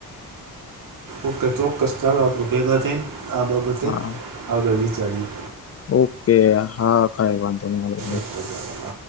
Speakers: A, on the right; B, on the left.
A: ઓકે ચોક્કસ ચાલો આપણું ભેગા થઈને આ બાબતે
B: હા
A: આગળ વિચારીએ.
B: ઓકે હા કાઈ વાંધો નહી.
A: ઓકે ચાલો